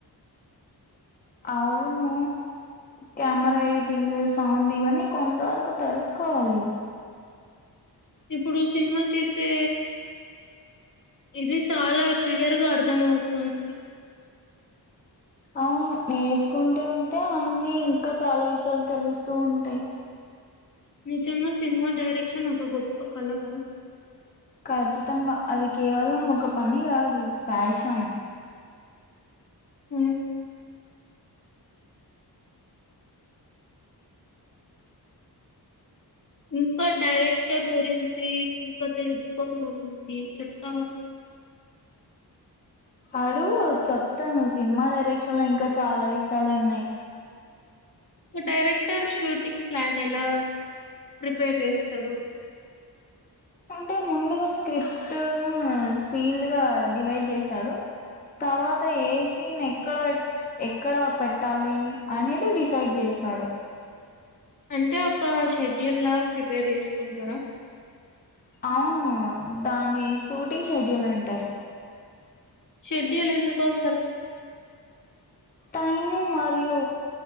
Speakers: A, on the left; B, on the left.
A: అవును కెమెరా ఎడిటింగ్ సౌండ్ ఇవన్నీ కొంతవరకు తెలుసుకోవాలి
B: ఇప్పుడు సినిమా తీసే ఇది చాలా క్లియర్ గా అర్థం అవుతుంది
A: అవును నేర్చుకుంటూ ఉంటే అన్నిీ ఇంకా చాలా విషయాలు తెలుస్తూ ఉంటాయి
B: నిజంగా సినిమా డైరెక్షన్ ఒక గొప్పప్ప కల కద
A: ఖచ్చితంగా అది కేవలం ఒక పని కాదు ఫ్యాషన్
B: అ ఇంకా డైరెక్టర్ గురించి ఇంకా తెలుసుకోవాలండి చెప్తావా
A: అడుగు చెప్తాను సినిమా డైరెక్షన్ లో ఇంకా చాలా విషయాలు ఉన్నాయి
B: ఒక డైరెక్టర్ షూటింగ్ ప్లాన్ ఎలా ప్రిపేర్ చేస్తాడు
A: అంటే ముందుగా స్క్రిప్ట్ ను సీన్ గా డివైడ్ చేశాడు తర్వాత ఏ సీన్ ఎక్కడ పె ఎక్కడ పెట్టాలి అనేది డిసైడ్ చేస్తాడు
B: అంటే ఒక షెడ్యూలా ప్రిపేర్ చేసుకుంటారా
A: అవును దాని షూటింగ్ షెడ్యూల్ అంటారు
B: షెడ్యూల్ ఎందుకు అవసరం
A: టైము మరియు